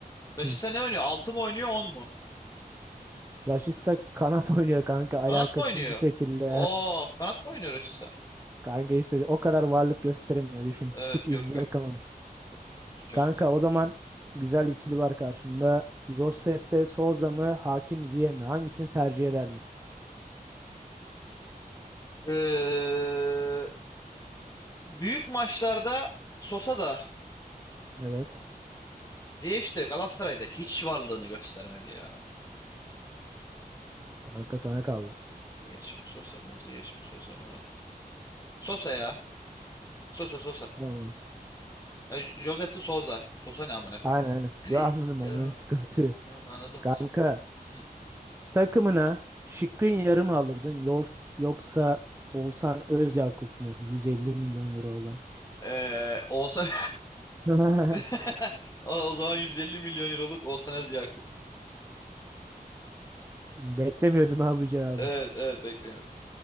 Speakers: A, on the left (about 20°); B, on the right (about 15°).
A: Rashica
B: Hı.
A: ne oynuyor? 6 mı oynuyor 10 mu?
B: Rashica kanat <laughs> oynuyor kanka alakasız
A: Kanat mı oynuyor?
B: bir şekilde.
A: Oo, kanat mı oynuyor Rashica?
B: <laughs> Kanka işte o kadar varlık gösteremiyor düşün.
A: Evet
B: Hiç iz
A: yok
B: bırakamamış.
A: yok. Böyle. Sucak
B: Kanka o zaman güzel ikili var karşımda. Josef de Souza mı Hakim Ziyech mi? Hangisini tercih ederdin?
A: Ee, büyük maçlarda Sosa da
B: Evet.
A: Ziyech de Galatasaray'da hiç varlığını göstermedi ya.
B: Kanka sana kaldı.
A: Ziyech mi Sosa mı? Ziyech mi Sosa mı? Sosa ya. Sosa Sosa.
B: Tamam.
A: Ya, J- Josef de Sosa. Sosa ne amına koyayım?
B: Aynen aynen.
A: Hey.
B: Yo anladım anladım
A: Ee,
B: sıkıntı. yok.
A: Anladın
B: Kanka
A: mı? Sıkıntı yok. Hı.
B: Takımına Şikrin yarı mı alırdın yol, yoksa Oğuzhan Özyakup mu? 150 milyon euro olan.
A: Ee, Oğuzhan
B: <laughs>
A: <laughs> o, o zaman 150 milyon euroluk Oğuzhan Özyakup.
B: Beklemiyordum abi bu cevabı.
A: Evet evet beklemiyordum.